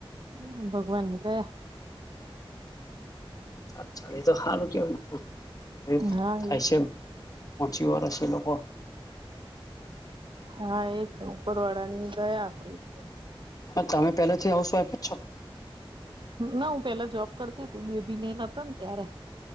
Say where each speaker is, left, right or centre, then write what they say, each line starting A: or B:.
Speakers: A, on the right; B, on the left.
A: હમ ભગવાનની દયા
B: અચ્છા એ તો હારુ કેવાય <unintelligible>
A: હા
B: થાય
A: એ
B: છે, મ પોહચી વરસ એ લોકો
A: હા એ તો ઉપરવાળા ની દયા આપડે એટલે
B: હ તમે પહેલાથી હાઉસ વાઈફ જ છો?
A: ના હું પહેલા જોબ કરતીતી બેબી ને ન હતો ને ત્યારે